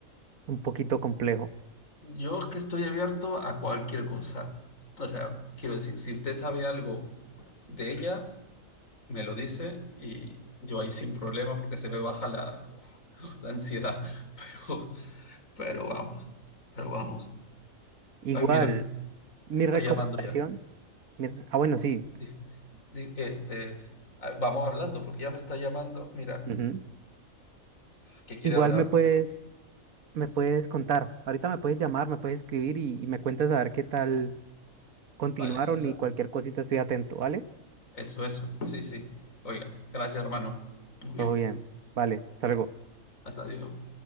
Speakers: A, on the right; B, on the left.
A: un poquito complejo.
B: Yo es que estoy abierto a cualquier cosa. O sea, quiero decir, si usted sabe algo de ella, me lo dice y yo ahí sin problema porque se me baja la, <laughs> la ansiedad. Pero, pero vamos, pero vamos.
A: Igual.
B: Ay, mira,
A: Mi
B: está
A: recomendación,
B: llamando ya.
A: mi- ah, bueno, sí.
B: Di- di- Este, ah, vamos hablando porque ya me está llamando. Mira,
A: ujú.
B: que quiere
A: Igual
B: hablar.
A: me puedes, me puedes contar. Ahorita me puedes llamar, me puedes escribir y, y me cuentas a ver qué tal continuaron
B: Vale, eso, o sea,
A: y cualquier cosita estoy atento, ¿vale?
B: eso, eso. Sí, sí. Oiga, gracias, hermano. Muy
A: Todo
B: bien.
A: bien. Vale, hasta luego.
B: Hasta luego.